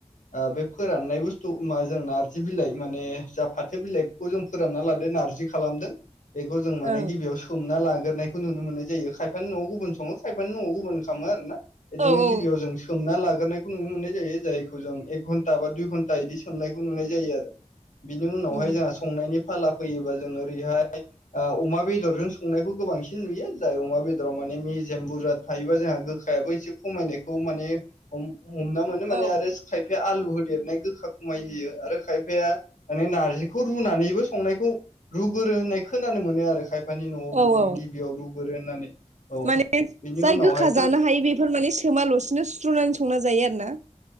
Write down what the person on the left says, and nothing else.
ओ बे फोराननाय बुस्थु मा जों नारजि बिलाइ माने जा फाथो बिलाइ खौ जों फोरानना लादो नारजि खालामदों। बेखौ जों माने
गिबियाव सोमना लाग्रोनायखौ नुनो मोननाय जायो खाय खायफानि न'आव गुबुन सङो खायफानि न'आव गुबुन खालामो आरोना बिदिनो
गिबियाव जों सोमना लाग्रोनायखौ नुनो मोननाय जायो जायखौ जों एक घन्टा बा दुइ घन्टा इदि सोमनायखौ नुनाय जायो आरो‌। बिनि उनावहाय
जाहा संनायनि फाला फैयोबा जों ओरैहाय ओ अमा बेदरजों संनायखौ गोबांसिन नुयो जाय अमा बे अ माने मेजेम बुरजा थायोबा जोंहा गोखायाबो एसे खमायनायखौ माने हम हमना मोनो माने
आरो खायफाया आलु होदेरनाय गोखा खमाय होयो आरो खायफाया माने नारजिखौ रुनानैबो संनायखौ रुगोरो होननाय खोनानो मोनो आरो खायफानि न'आव
बिदिनो
गिबियाव रुगोरो होननानै। औ
बिनि
उनावहायथ'